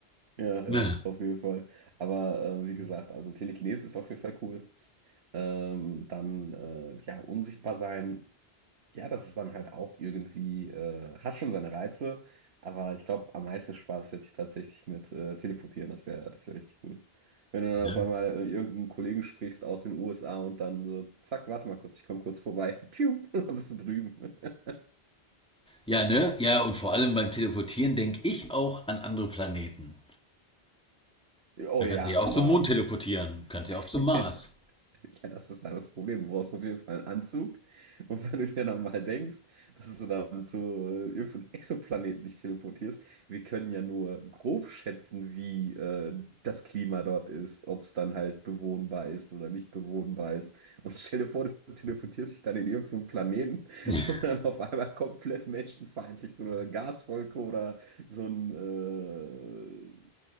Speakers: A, on the right; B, in the centre.
A: Ja,
B: Ne.
A: ja, auf jeden Fall. Aber äh, wie gesagt, also Telekinese ist auf jeden Fall cool. Ähm, dann, äh, ja, unsichtbar sein. Ja, das ist dann halt auch irgendwie, äh, hat schon seine Reize, aber ich glaube, am meisten Spaß hätte ich tatsächlich mit äh, Teleportieren, das wäre das wäre richtig gut. Wenn du dann
B: Ne.
A: auf einmal äh, irgendeinen Kollegen sprichst aus den USA und dann so, zack, warte mal kurz, ich komme kurz vorbei, pium, <laughs> dann bist du drüben. <laughs>
B: Ja, ne? Ja, und vor allem beim Teleportieren denke ich auch an andere Planeten.
A: Oh
B: Da kannst
A: ja,
B: du ja auch
A: aber
B: zum Mond teleportieren. Kannst
A: <laughs>
B: ja auch zum Mars.
A: Ja, das ist halt das Problem. Du brauchst auf jeden Fall einen Anzug. Und wenn du dir dann mal denkst, dass du dann zu äh, irgendeinem Exoplaneten dich teleportierst, wir können ja nur grob schätzen, wie äh, das Klima dort ist, ob es dann halt bewohnbar ist oder nicht bewohnbar ist. Und stell dir vor, du teleportierst dich dann in irgendeinen Planeten,
B: <laughs>
A: <laughs> wo dann auf einmal komplett menschenfeindlich so eine Gaswolke oder so ein äh,